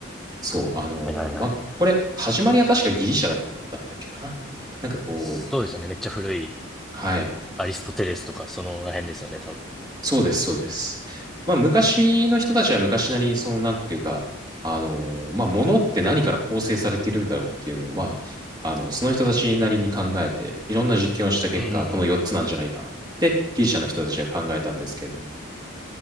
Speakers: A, on the right (about 20°); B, in the centre.
A: そう、あのーまあ、
B: はいはいはい。
A: これ、始まりは確かギリシャだだったっけかな。なんかこう、
B: そうですよね、めっちゃ古い
A: はい。
B: アリストテレスとかそのら辺ですよね、多分。
A: そうです、そうです。まあ、昔の人たちは昔なりに、その、なんていうか、あのーまあ、物って何から構成されているんだろうっていうのを、まあ、あの、その人たちなりに考えて、いろんな実験をした結果、
B: うんうん。
A: この4つなんじゃないかって、ギリシャの人たちは考えたんですけれども、